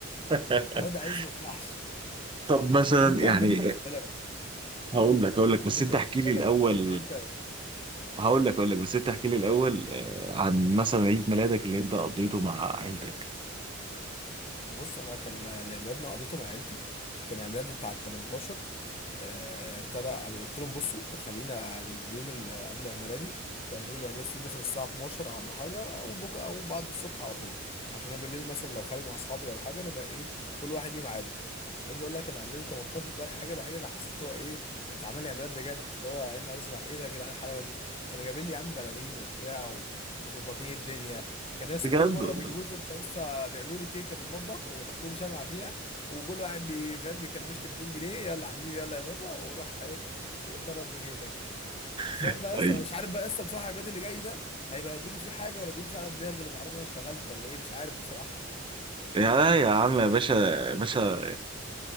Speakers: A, on the right; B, on the left.
A: <laughs>
B: الواد عايز ما ينفعش
A: طب مثلا
B: وانت
A: يعني
B: عملت بالنسبه لك
A: هقول لك هقول لك بس
B: وانت
A: انت
B: بالنسبه
A: احكي لي الاول
B: لك بتحب ان انت
A: هقول
B: تقول
A: لك هقول لك بس انت احكي لي الاول آه، عن مثلا عيد ميلادك اللي انت قضيته مع عيلتك
B: بص انا كان لعيادنا قضيته مع عيلتي كان عيد ميلادي بتاع ال 18 آه، ابتدى أبقى قلت لهم بصوا خلينا اليوم اللي قبل عيد ميلادي تعملوا لي عيد ميلاد فيه مثلا الساعه 12 او ولا حاجه او بكره او بعد الصبح على طول عشان انا بالليل مثلا لو خارج مع اصحابي ولا حاجه نبقى ايه كل واحد ليه ميعاده عايز اقول لك انا عيد ميلادي 18 ده الحاجه الوحيده اللي حسيت هو ايه اتعمل لي عيد ميلاد بجد اللي هو يا نهار اسود ايه ده يا جدعان الحلاوه دي كانوا جايبين لي يا عم بلالين وبتاع ومظبطين الدنيا كان لسه
A: بجد
B: كل مره
A: والله
B: بيجيبوا لي تورته لسه بيعملوا لي كيكه في المطبخ ويحطوا لي شمعه وكل واحد بي- فاهم بيكرمش لي 200 جنيه يلا يا حبيبي يلا يا بابا وروح ايه اتصرف دنيتك مش
A: <laughs>
B: فاهم بقى لسه
A: أي.
B: مش عارف بقى لسه بصراحه البلاد اللي جاي ده هيبهدوني فيه حاجه ولا يدوني فيه على دماغي لما يعرفوا انا اشتغلت ولا ايه مش عارف بصراحه
A: يا لا يا عم يا باشا يا باشا